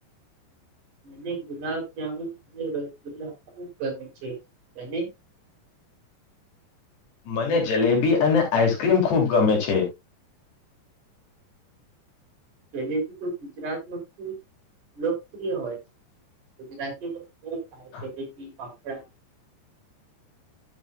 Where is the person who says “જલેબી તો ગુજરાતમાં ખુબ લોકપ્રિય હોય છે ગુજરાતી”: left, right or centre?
Right